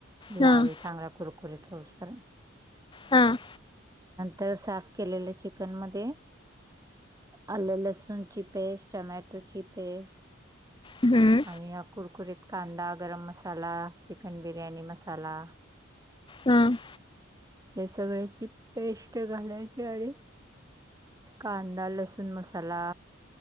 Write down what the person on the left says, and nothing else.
हा
हम.
हम्म
हम्म.